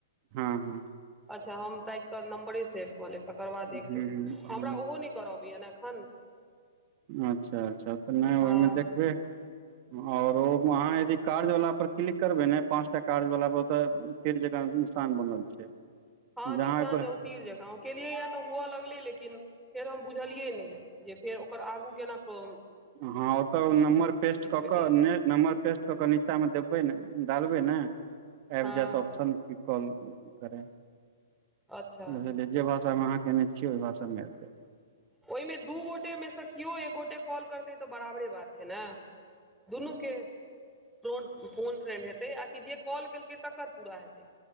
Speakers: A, on the right (about 40°); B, in the centre.
A: <inaudible>
B: अच्छा हम ताइक क नम्बरे सेव कऽ लेब तकर बाद देख
A: हूँ
B: लेबै हमरा
A: हूँ
B: ओहो नहि करऽ अबैया ने एखन
A: अच्छा अच्छा तऽ नहि ओहिमे
B: हँ
A: देखबै हँ औरो ओ अहाँ यदि कार्य वला पर क्लिक करबै ने पाँच टा कार्य वला पर तऽ तिर जकाँ निशान बनल छै
B: हँ
A: जहाँ
B: निशान
A: ओहिपर
B: जे उ तीर जेका केलियै या तऽ हुअ लगलै लेकिन फेर हम बुझलियै नहि जे फेर ओकर आगू केना प्रो
A: हँ ओतऽ नम्बर पेस्ट कऽ
B: पेलियै
A: कऽ नम्बर पेस्ट के के नीचा मे देबे ने डालबे ने आबि
B: हँ
A: जायत ऑप्शन की कॉल करे
B: अच्छा
A: बुझलियै
B: अच्छा
A: जे भाषामे अहाँ केयने छियै ओहि भाषामे आब जायब
B: ओहिमें दू गोटे में से कियो एक गोटे कॉल करते तऽ बराबरे बात छै ने दुनू के फोन फोन फ्रेंड हेतै आ कि जे कॉल केलकै तकर पूरा हेतै